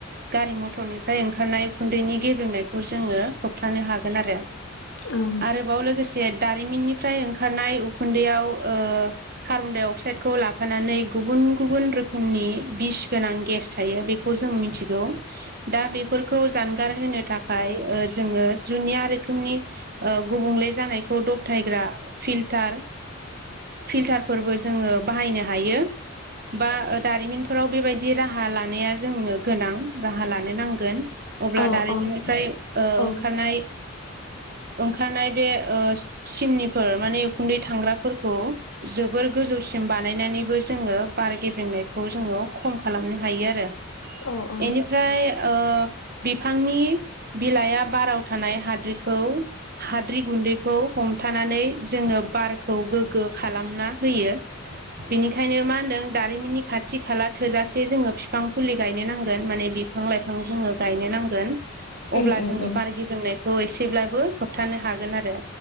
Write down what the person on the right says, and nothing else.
गारि मथर मथ'रनिफ्राय ओंखारनाय उखुन्दैनि गेब्रेंनायखौ जोङो होबथानो हागोन आरो
आरोबाव लोगोसे दारिमिननिफ्राय ओंखारनाय उखुन्दैआव ओ कार्बन डाइ अक्साइडखौ लाफानानै गुबुन गुबुन रोखोमनि बिस गोनां गेस थायो बेखौ जों मिथि गौ बेफोरखौ जानगार होनो थाखाय ओ जोङो जुनिया रोखोमनि ओ गुबुंले जानायखौ दबथायग्रा फिल्टार फिल्टारफोरबो जोङो बाहायनो हायो बा दारिमिनफोर फोराव बेबायदि राहा लानाया जोंनो गोनां राहा लानो नांगोन अब्ला
दारिमिननिफ्राय
ओ
ओंखारनाय ओंखारनाय बे ओ सिमनिफोर माने उखुन्दै थांग्राफोरखौ जोबोर गोजौसिम बानायनानैबो जोङो बार गेबेंनायखौ जोङो खम खालामनो हायो आरो
एनिफ्राय ओ बिफांनि बिलाइया बाराव थानाय हाद्रिखौ हाद्रि गुन्दैखौ हमथानानै जोङो बारखौ गोग्गो खालामना होयो बेनिखायनो मा होनदों दारिमिननि खाथि खाथि खाला थोजासे जोङो बिफां फुलि गायनो नांगोन माने बिफां लाइफां जोङो गायनो नांगोन
अब्ला
जोङो
बार गेब्रेंनायखौ एसेब्लाबो होबथानो हागोन आरो